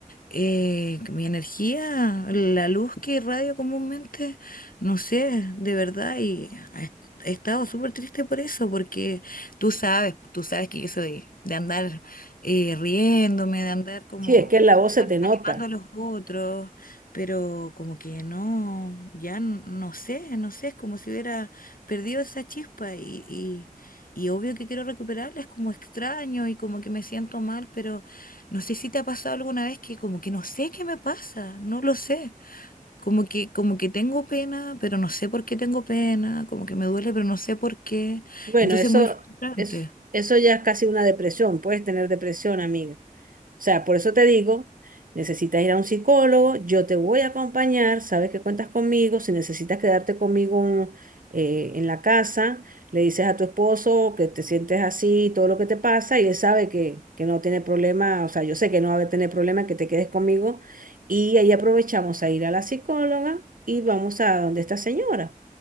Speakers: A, on the left; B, on the right.
A: eh, que mi energía, la luz que irradio comúnmente, no sé, de verdad, y ha he estado súper triste por eso, porque tú sabes, tú sabes que yo soy de andar eh, riéndome, de andar como
B: Sí, es que en la voz se
A: an-
B: te nota.
A: animando a los otros, pero como que no, ya n- no sé, no sé, es como si hubiera perdido esa chispa y, y, y obvio que quiero recuperarla, es como extraño y como que me siento mal, pero... No sé si te ha pasado alguna vez que como que no sé qué me pasa, no lo sé. Como que, como que tengo pena, pero no sé por qué tengo pena, como que me duele, pero no sé por qué.
B: Bueno,
A: Entonces
B: eso
A: es muy frustrante.
B: es, eso ya es casi una depresión. Puedes tener depresión, amiga. O sea, por eso te digo, necesitas ir a un psicólogo, yo te voy a acompañar, sabes que cuentas conmigo, si necesitas quedarte conmigo un- eh, en la casa, le dices a tu esposo que te sientes así, todo lo que te pasa, y él sabe que, que no tiene problema, o sea, yo sé que no va a tener problema que te quedes conmigo, y ahí aprovechamos a ir a la psicóloga y vamos a donde esta señora.